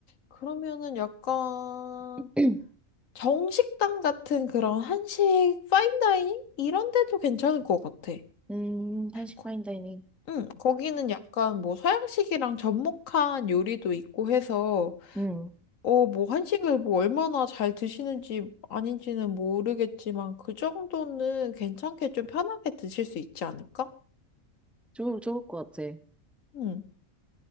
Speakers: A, on the left; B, in the centre.
A: 그러면은 약간
B: <clears throat>
A: 정식당 같은 그런 한식 파인다이닝 이런 데도 괜찮을 것 같아.
B: 음, 한식
A: 거-
B: 파인다이닝.
A: 응, 거기는 약간 뭐 서양식이랑 접목한 요리도 있고 해서
B: 응.
A: 어, 뭐 한식을 뭐 얼마나 잘 드시는지 아닌지는 모르겠지만 그 정도는 괜찮게 좀 편하게 드실 수 있지 않을까?
B: 좋을, 좋을 것 같아.
A: 응.